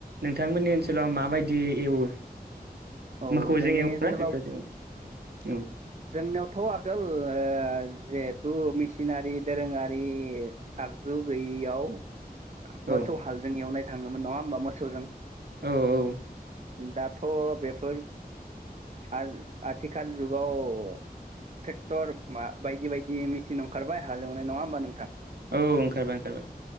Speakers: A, on the right (about 80°); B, on the right (about 45°).
A: बिथांमोननि ओनसोलाव माबायदि एवो
B: औ
A: मोखौजों
B: जोंनि
A: एवोना
B: ओनसोलाव
A: ट्रेक्टर जों एवो औ
B: जोंनियावथ आगोल ओ जिहेथु मेसिनारि दोरोङारि आगजु गैयैयाव
A: औ
B: मोसौ हालजों एवनाय थाङोमोन नङा होमबा मोसौजों
A: औ औ
B: दाथ बेफोर आथ आथिखाल जुगाव अ टेक्टर मा बायदि बायदि मेसिन ओंखारबाय हालेवनाय नङा होमबा नोंथां
A: औ ओंखारबाय ओंखारबाय